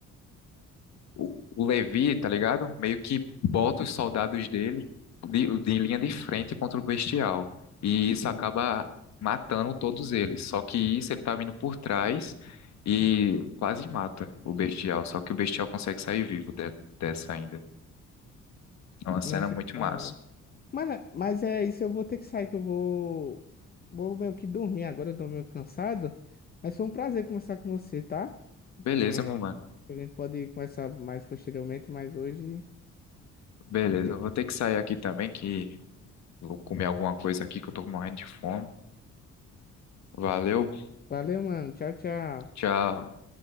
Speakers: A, on the left; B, on the left.
A: O o Levi, tá ligado? Meio que bota os soldados dele de, de linha de frente contra o Bestial. E isso acaba matando todos eles. Só que isso ele tá vindo por trás e quase mata o Bestial. Só que o Bestial consegue sair vivo de- dessa ainda. É uma cena
B: Nossa,
A: muito
B: que da
A: massa.
B: hora. Mas, mas é isso, eu vou ter que sair, que eu vou, vou meio que dormir agora, eu tô meio cansado. Mas foi um prazer conversar com você, tá?
A: Beleza,
B: É,
A: meu mano.
B: a gente pode conversar mais posteriormente, mas hoje
A: Beleza,
B: tá ok.
A: eu vou ter que sair aqui também, que vou comer alguma coisa aqui que eu tô morrendo de fome. Valeu,
B: Valeu, mano. Tchau, tchau.
A: tchau.